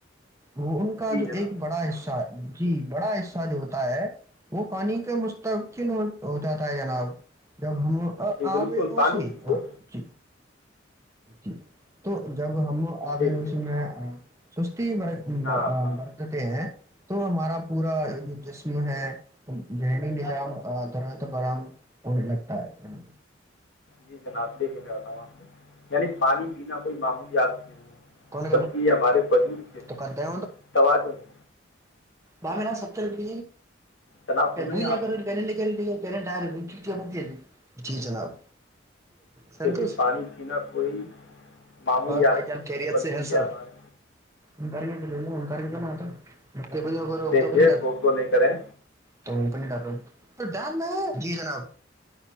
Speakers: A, on the right; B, on the left.
A: وہ ان کا
B: جی
A: جو
B: جناب
A: ایک بڑا حصہ ہے جی بڑا حصہ جو ہوتا ہے وہ پانی کے مستقل ہو ہو جاتا ہے جناب جب م
B: جی
A: آ
B: بالکل
A: تو
B: پانی
A: س
B: وہ
A: ج جی تو جب ہم آل
B: دیکھیے
A: چ میں سست
B: ہاں
A: وردتے
B: ہاں
A: تو ہمارا پورا
B: ہوں،
A: جو جسم ہے ذہنی نظام درحت برہم ہونے لگتا ہے
B: جی جناب دیکھیے میں بتاؤوں آپ کو یعنی پانی پینا معمولی لت نہیں ہے
A: کون
B: بلکہ یہ ہمارے وجود کے
A: تو کرتے
B: توجن
A: بمین ستر روپ
B: جناب سن
A: پ بو
B: رہے ہیں
A: نہ
B: آپ
A: کرو پہنے نکل رہی ہے پ ڈ جی جناب سنتوش
B: دھی پانی پینا کوئی معمولی
A: اور
B: عادت
A: پائی جان
B: نہیں
A: خریت
B: ہے بلکہ
A: سے ح صب
B: یہ ہمارے
A: انکار کیا متا بجے ویر
B: دیکھیے
A: تو پ نہیں ڈس
B: گو گو نہیں کریں
A: تو ا پ نہیں ڈر رہ تو ڈرنا جی جناب